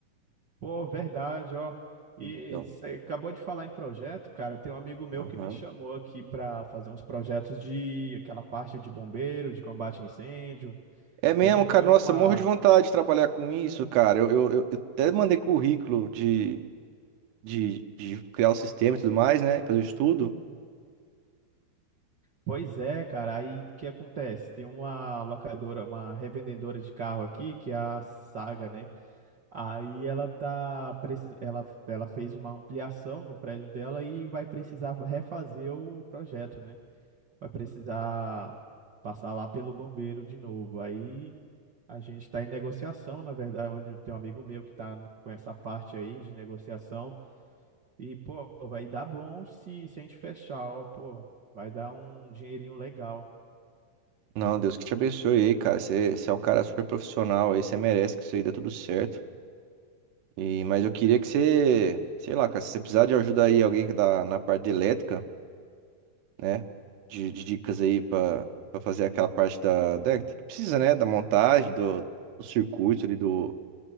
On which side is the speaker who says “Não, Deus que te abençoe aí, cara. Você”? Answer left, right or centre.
Right